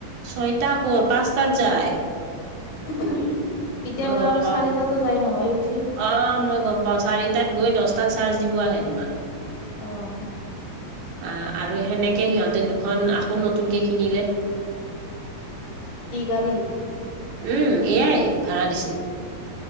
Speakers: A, on the right; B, on the left.
A: ছয়টা কত পাঁচটাত যায়
B: কেতিয়াবা
A: মই গম
B: আৰু
A: পাওঁ
B: চাৰিটাতো যায় নহয় উঠি
A: অ' মই গম পাওঁ চাৰিটাত গৈ দছটাত চাৰ্জ দিব আহে তোমাৰ
B: অ'
A: অ' আৰু হেনেকে সিহঁতে দুখন আকৌ নতুনকৈ কিনিলে
B: কি গাড়ী
A: উম এয়াই ভাড়া দিছে